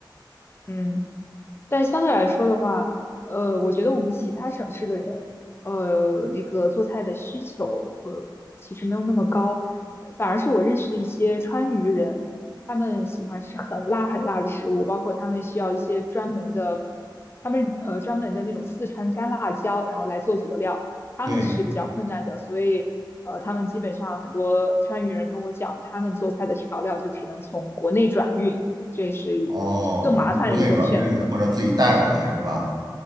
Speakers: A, on the left; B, on the right.
A: 嗯但相对来说的话，呃，我觉得我们其他省市的人，呃，那个做菜的需求和其实没有那么高，反而是我认识的一些川渝人，他们喜欢吃很辣很辣的食物，包括他们需要一些专门的，他们呃专门的那种四川干辣椒，然后来做佐料，他们是比较困难的，
B: 对，
A: 所以呃，他们基本上很多川渝人跟我讲，他们做菜的调料就只能从国内转运。这是更麻烦的一种选择。
B: 哦，从国内转运或者自己带过来是吧？
A: 对，嗯，